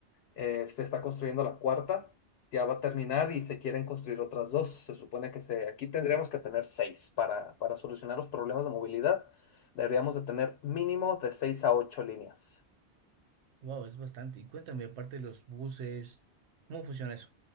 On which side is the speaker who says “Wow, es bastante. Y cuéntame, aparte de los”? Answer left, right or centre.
Right